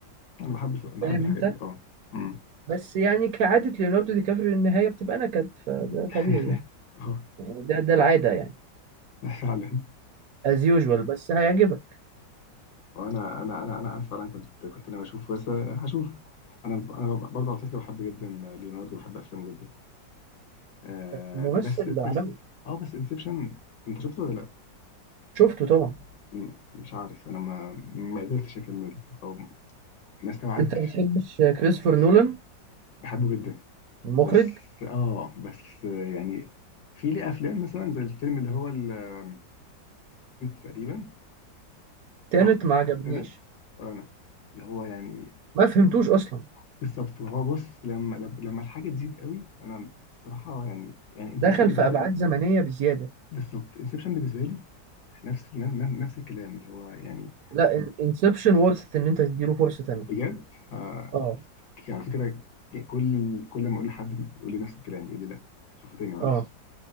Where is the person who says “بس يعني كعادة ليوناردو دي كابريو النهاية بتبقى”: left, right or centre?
Right